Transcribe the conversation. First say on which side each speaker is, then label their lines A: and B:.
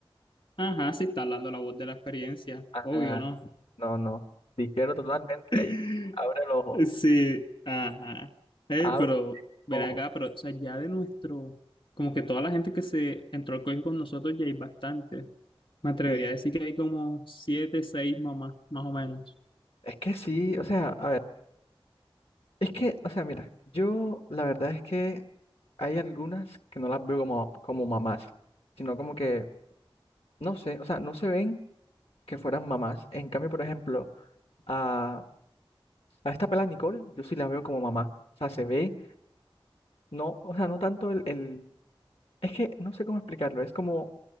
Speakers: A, on the left; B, on the left.
A: Ajá, sí está hablando la voz de la experiencia.
B: Ah,
A: Obvio, ¿no?
B: No, no. Difiero totalmente
A: <laughs>
B: ahí. Abre el ojo.
A: Sí, ajá. Ey,
B: Abre
A: pero
B: el
A: ven
B: ojo.
A: acá, pero o sea, ya de nuestro, como que toda la gente que se entró al colegio con nosotros ya hay bastante. Me atrevería
B: Sí.
A: a decir que hay como siete, seis mamás, más o menos.
B: Es que sí, o sea, a ver, es que, o sea, mira, yo la verdad es que hay algunas que no las veo como, como mamás, sino como que, no sé, o sea, no se ven que fueran mamás. En cambio, por ejemplo, a, a esta pela Nicole, yo sí la veo como mamá. O sea, se ve, no, o sea, no tanto el, el, es que no sé cómo explicarlo, es como